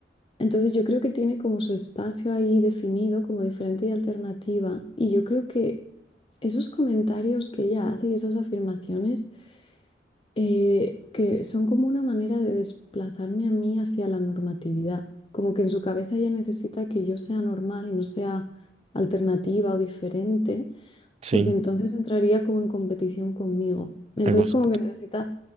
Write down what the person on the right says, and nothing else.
sí,
me gusta.